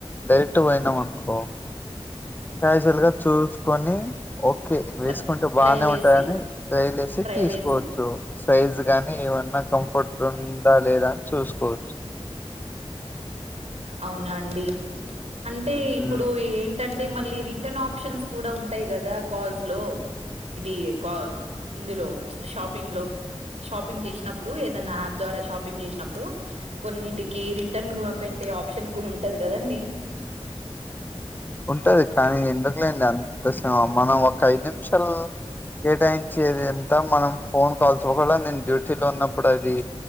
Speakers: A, on the left; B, on the right.
A: డైరెక్ట్ పోయినాం అనుకో క్యాజువల్ గా చూసుకొని ఓకే వేసుకుంటే
B: ట్ర
A: బాగానే
B: ట్రయల్
A: ఉం
B: ఏసి
A: కాని ట్రైలేసి
B: ట్రయల్
A: తీసుకోవచ్చు
B: ఏసి
A: సైజ్ గానీ ఏమన్నా కంఫర్ట్ ఉందా లేదా అని చూసుకోవచ్చు
B: వునా అండి అంటే
A: ఉమ్,
B: ఇప్పుడు ఏంట అంటే మళ్ళీ రిటర్న్ ఆప్షన్స్ కూడా ఉంటాయి కదా కాల్స్ లో ఇది ఇందులో షాపింగ్ లో షాపింగ్ చేసినప్పుడు ఏదన్నా యాప్ ద్వారా షాపింగ్ చేసినప్పుడు కొన్నిటికి రిటర్న్ పెట్ ట్టే ఆప్షన్ కూడా ఉంటంది కదండి
A: ఉంటది కానీ ఎందుకులేండి అంత మనం ఒక ఐదు నిమిషాలు కేటాయించిది అంత మనం ఫోన్ కాల్స్ కూడా నేను డ్యూటీ లో ఉన్నప్పుడు అది